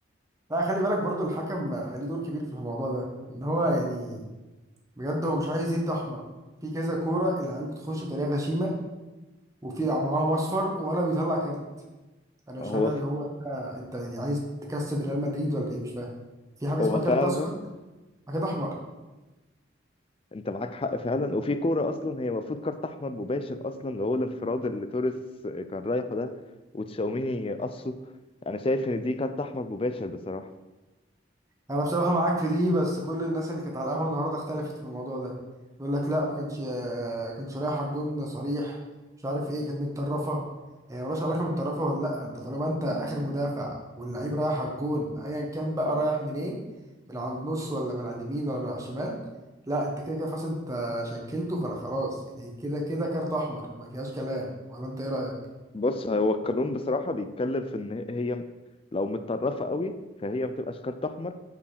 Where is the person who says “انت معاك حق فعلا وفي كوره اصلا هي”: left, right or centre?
Left